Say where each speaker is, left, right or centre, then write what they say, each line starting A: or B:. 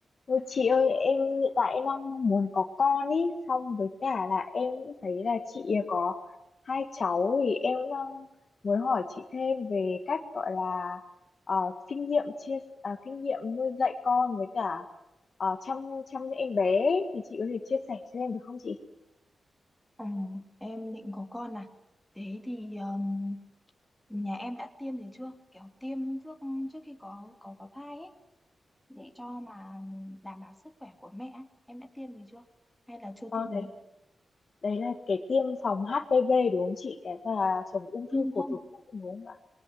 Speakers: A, on the left (about 45°); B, in the centre.
A: Ôi chị ơi em hiện tại em đang mong muốn có con ý xong với cả là em cũng thấy là chị có hai cháu thì em cũng đang muốn hỏi chị thêm về cách gọi là ờ, kinh nghiệm chia à, kinh nghiệm nuôi dạy con với cả ờ, chăm chăm em bé ấy. thì chị có thể chia sẻ cho em được không chị?
B: Ừ, em định có con à? Thế thì um, nhà em đã tiêm gì chưa? Kiểu tiêm trước trước khi có có có thai ấy để cho mà đảm bảo sức khỏe của mẹ. ấy. Em đã tiêm gì chưa? Hay là chưa
A: Ờ,
B: tiêm
A: đấy
B: gì?
A: đấy là cái tiêm phòng HPV đúng không chị? Cái và chống ung
B: Ừ.
A: thư cổ
B: không?
A: tử cung đúng không ạ?